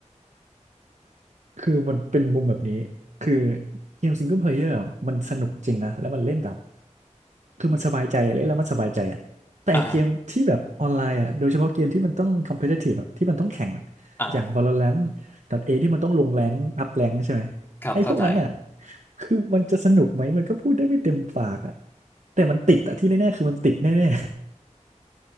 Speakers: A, on the right; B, on the left.
A: คือมันเป็นมุมแบบนี้ คือเกมซิงเกิลเพลเยอร์มันสนุกจริงนะ แล้วมันเล่นแบบ คือมันสบายใจเล่นแล้วมันสบายใจอ่ะแต่ไอ้เกมที่แบบออนไลน์อ่ะโดยเฉพาะเกมที่มันต้อง
B: อ่า
A: competitive อ่ะที่มันต้องแข่งอะอย่าง
B: อ่า
A: Valorant .A ทเอที่มันต้องลงแรงอัพแรงใช่ไหม
B: ครับเข้าใจ
A: ไอ้พวกนั้นอ่ะคือมันจะสนุกไหม มันก็พูดได้ไม่เต็มปากอ่ะแต่มันติดอ่ะที่แน่ๆคือมันติดแน่